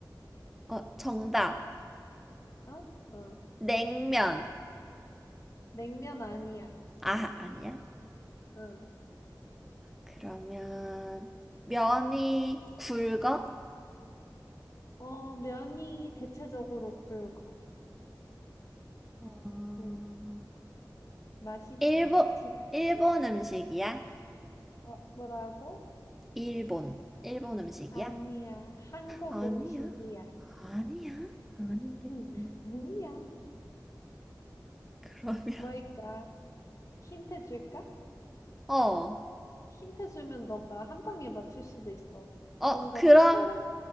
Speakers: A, in the centre; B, on the left (about 45°).
A: 어, 정답.
B: 어? 어,
A: 냉면.
B: 냉면 아니야.
A: 아, 아니야?
B: 응.
A: 그러면 면이 굵어?
B: 어, 면이 대체적으로 굵어.
A: 어,
B: 응. 맛있어.
A: 일본,
B: 지금,
A: 일본 음식이야?
B: 어, 뭐라고?
A: 일본, 일본 음식이야?
B: 아니야. 한국
A: 아니야?
B: 음식이야.
A: 아니야? 아닌데,
B: 응,
A: 뭘-
B: 아니야.
A: 그러면. <laughs>
B: 뭘까? 힌트 줄까?
A: 어,
B: 힌트 주면 너가 한 방에 맞출 수도 있어.
A: 어,
B: 뭔가
A: 그럼,
B: 추,